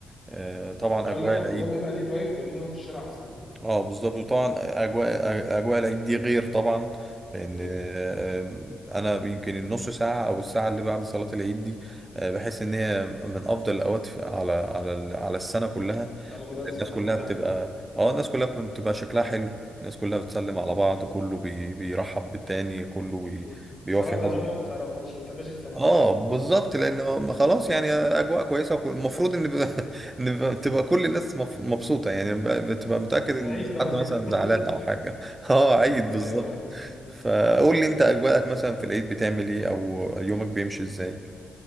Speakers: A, on the right; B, on the left.
A: آه، طبعا
B: اه
A: أجواء
B: لا رمضان
A: العيد
B: بيبقى ليه فايب جميل قوي في الشارع اصلا
A: اه بالظبط وطبعا اجواء اجواء العيد دي غير طبعا لان
B: مم.
A: آم، انا يمكن النص ساعه او الساعه اللي بعد صلاه العيد دي آه، بحس ان هي من افضل الاوقات في- على على ال- على السنه كلها
B: على مدار السنه
A: الناس كلها
B: كلها فعلا
A: بتبقى اه الناس كلها بتبقى شكلها حلو الناس كلها بتسلم
B: مم.
A: على بعض كله بي... بيرحب بالتاني كله بي...
B: مم.
A: بيوفي
B: سواء تعرفه
A: حظ
B: او ما تعرفوش انت ماشي تسلي
A: اه بالظبط لانه
B: مم.
A: خلاص يعني اجواء كويسه وكل- المفروض ان ب... <laughs> ان ب- تبقى كل الناس مف- مبسوطه يعني ب- بتبقى متاكد
B: عيد
A: ان مفيش
B: بقى
A: حد
B: وكده
A: مثلا زعلان او حاجه
B: <laughs>
A: <laughs>
B: مم.
A: اه عيد بالظبط
B: ايوه فعلا مم.
A: فقول لي انت اجواءك مثلا في العيد بتعمل ايه او يومك بيمشي ازاي